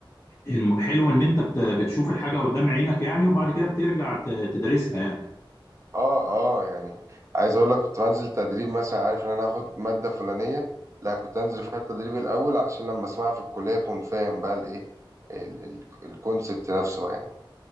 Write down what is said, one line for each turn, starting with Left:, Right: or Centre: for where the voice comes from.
Left: الم- حلو ان انت بت- بتشوف الحاجة قدام عينك يعني وبعد كده بترجع ت- تدرسها يعني
Right: اه اه يعني عايز اقول لك كنت بنزل تدريب مثلا عارف ان انا هاخد ماده فلانيه لا كنت انزل فيها التدريب الاول عشان لما اسمعها في الكليه اكون فاهم بقى الايه ال- ال- الكونسبت نفسه بقى يعني